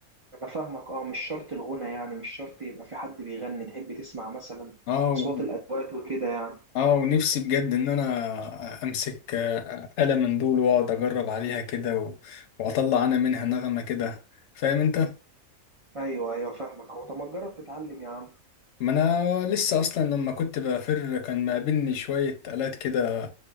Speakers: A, on the right; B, on the left.
A: انا فاهمك اه مش شرط الغنى يعني مش شرط يبقى في حد بيغني تحب تسمع مثلا
B: اه
A: اصوات الادوات وكده يعني
B: اه ونفسي بجد ان انا امسك آه، آلة من دول واقعد اجرب عليها كده و- واطلع انا منها نغمة كده فاهم انت
A: ايوه ايوه فاهمك اهو طب ما تجرب تتعلم يا عم
B: ما انا لسه اصلا لما كنت بفر كان مقابلني شوية آلات كده